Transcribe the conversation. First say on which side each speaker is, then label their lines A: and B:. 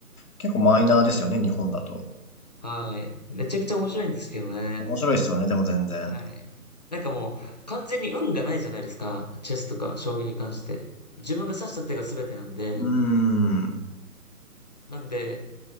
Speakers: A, on the left (about 70°); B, on the left (about 30°).
A: 結構マイナーですよね、日本だと。
B: はい。めちゃくちゃ面白いんですけどね。
A: 面白いですよね、でも全然。
B: はい。なんかもう、完全に運がないじゃないですか。チェスとか将棋に関して。自分が指した手が全てなんで、
A: うん。は
B: なんで、